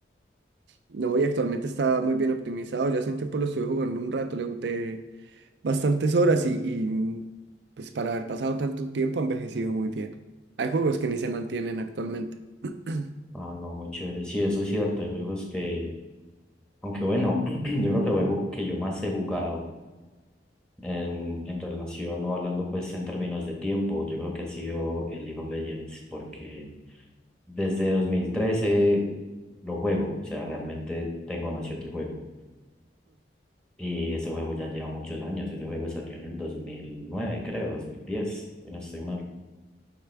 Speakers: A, on the right; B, in the centre.
A: No, y actualmente está muy bien optimizado. Yo hace un tiempo lo estuve jugando un rato, le boté bastantes horas y, y, pues para haber pasado tanto tiempo ha envejecido muy bien. Hay juegos que ni se mantienen actualmente. <clears throat>
B: Ah, no, muy chévere. Sí, eso es cierto. Hay juegos que, aunque bueno, <clears throat> yo creo que el juego que yo más he jugado en, en relación o hablando pues en términos de tiempo, yo creo que ha sido el League of Legends, porque desde 2013 lo juego, o sea, realmente tengo noción del juego. Y ese juego ya lleva muchos años. Ese juego salió en el 2009 creo, 2010, si no estoy mal.